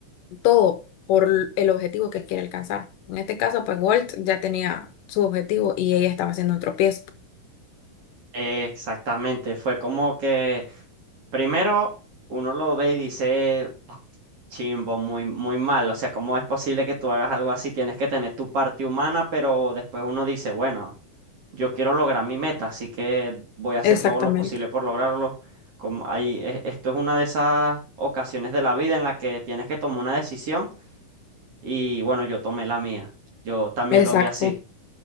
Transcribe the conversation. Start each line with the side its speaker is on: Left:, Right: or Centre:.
Left: todo por l- el objetivo que quiere alcanzar. En este caso, pues Walt ya tenía su objetivo y ella estaba haciendo un tropiezo.
Right: <laughs> Exactamente, fue como que primero uno lo ve y dice, "Ah, chimbo, muy, muy mal, o sea, ¿cómo es posible que tú hagas algo así? Tienes que tener tu parte humana, pero después uno dice, bueno, yo quiero lograr mi meta, así que voy a hacer
Left: Exactamente.
Right: todo lo posible por lograrlo. Como ahí, e- esto es una de esas ocasiones de la vida en la que tienes que tomar una decisión y bueno, yo tomé la mía, yo también
Left: Exacto.
Right: lo vi así,